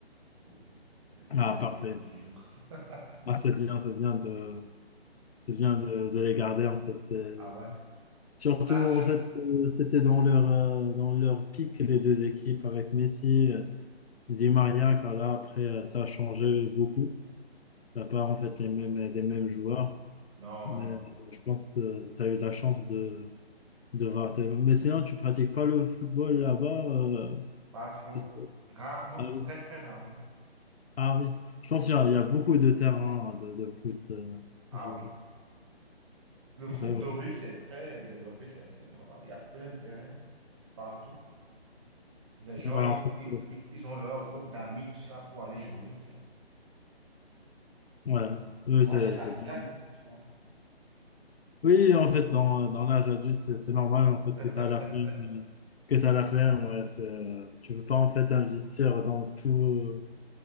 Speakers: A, on the right; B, on the left.
A: des, des- des
B: Ah,
A: images
B: parfait.
A: de- du jour. <laughs>
B: Ah, c'est bien, c'est bien de, c'est bien de, de les garder en fait. C'est-
A: Ah ouais,
B: Surtout,
A: l'argent?
B: en fait, que c'était dans leur, euh, dans leur pic, les deux équipes, avec Messi, euh, Di Maria, car là, après, euh, ça a changé beaucoup. T'as pas, en fait, les mêmes, les mêmes joueurs.
A: Non,
B: Mais
A: non, non,
B: je pense que tu as eu la chance de, de voir. tes- Mais sinon, tu pratiques pas le football là-bas. euh,
A: pas trop.
B: juste-
A: Rarement,
B: Ah oui.
A: très très rarement.
B: Ah oui. Je pense qu'il y a, il y a beaucoup de terrains de, de foot. euh,
A: Ah
B: je-
A: oui. Le foot
B: ouais, ouais.
A: de rue, c'est très développé, c'est c'est normal. Il y a plein de terrains partout. Les gens,
B: Ouais,
A: ils,
B: en fait,
A: ils-
B: c'est-
A: ils- ils ont leur groupe d'amis, tout ça, pour aller jouer, ça.
B: ouais. Ouais,
A: Et Moi,
B: c'est
A: j'ai la
B: c'est
A: flemme,
B: bien.
A: tu vois.
B: Oui, en fait, dans, dans l'âge adulte, c'est c'est normal en fait
A: <laughs>
B: que tu as la flemme, euh, que tu la flemme, ouais, c'est, euh, tu veux pas en fait investir dans tout, euh,